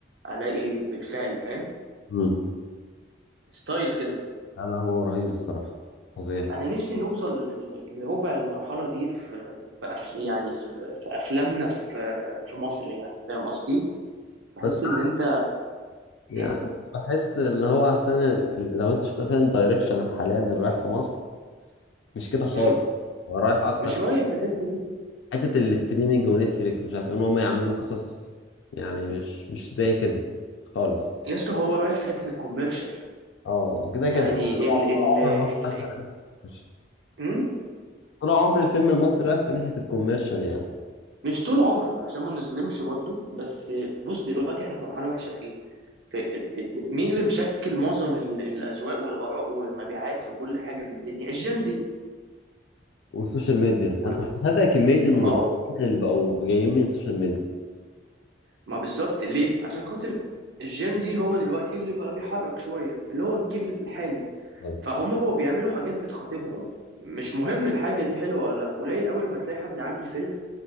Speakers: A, on the right (about 75°); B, on the left (about 85°).
A: الاقي بالفعل فاهم
B: امم
A: ستايل كده
B: انا هو رهيب الصراحه فظيع
A: انا نفسي نوصل ل- لربع المرحله دي في في أف- يعني في في افلامنا في في مصر يعني فاهم قصدي تحس
B: بس <laughs>
A: ان انت
B: يعني
A: مم.
B: بحس ان هو احسن لو انت شفت اصلا الدايركشن حاليا اللي رايح في مصر مش كده خالص
A: مم.
B: هو رايح اكتر
A: مش
B: في
A: رايح في الحته دي
B: حته الاستريمنج ونتفليكس ومش عارف ايه ان هم يعملوا قصص يعني مش مش زي كده خالص
A: يا اسطى هو رايح في حته الكوميرشال
B: اه كده
A: يعني
B: كده يعني طول
A: ال ال
B: طول عمر مصر
A: ال,
B: رايحة في-
A: ال...
B: طول عمر الفيلم المصري رايح في ناحيه الكوميرشال يعني
A: مش طول عمر عشان ما نظلمش برضو بس بص دلوقتي احنا في مرحله وحشه في ايه في مين اللي مشكل معظم ال- الاذواق والاراء والمبيعات في كل حاجه في الدنيا الجنزي
B: والسوشيال ميديا
A: وما
B: انا متابع كميه الممثلين
A: هو-
B: اللي بقوا جايين من السوشيال ميديا
A: ما بالظبط ليه عشان خاطر الجنزي هو دلوقتي اللي بقى بيحرك شويه اللي هو الجيل الحالي
B: أوي.
A: فهم بقوا بيعملوا حاجات بتخاطبهم مش مهم الحاجه دي حلوه ولا لا قليل قوي لما تلاقي حد عامل فيلم